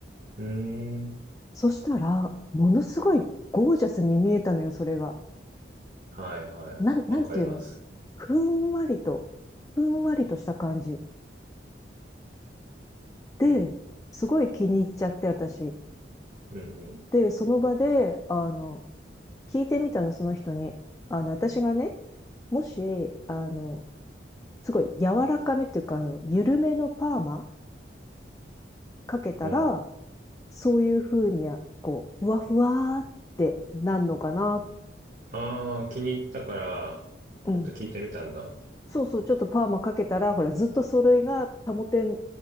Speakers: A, on the right; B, on the left.
A: うん。
B: そしたら、ものすごいゴージャスに見えたのよ、それが。
A: はいはい。
B: なん、なんていうの
A: わかります。
B: ふんわりと、ふんわりとした感じ。で、
A: うん。
B: すごい気に入っちゃって、私。
A: うん
B: で、その場で、あの、聞いてみたの、その人に。あの、私がね、もし、あの、すごい柔らかめっていうか、あの、緩めのパーマかけたら、
A: うん。
B: そういう風に、こう、ふわふわーってなんのかな。
A: ああ、気に入ったから、
B: うん。
A: ちょっと聞いてみたんだ。
B: そうそう、ちょっとパーマかけたら、ほら、ずっとそれが保てん、